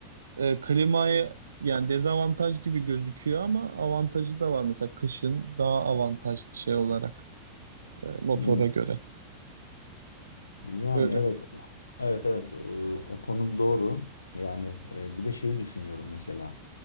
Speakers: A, on the right; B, on the left.
A: E, klimayı yani dezavantaj gibi gözüküyor ama avantajı da var. Mesela kışın daha avantajlı şey olarak e, motora
B: Hmm.
A: göre.
B: Yani
A: Öyle.
B: evet o- evet evet e, o konu doğru. Yani e, bir de şeyi düşünüyorum mesela.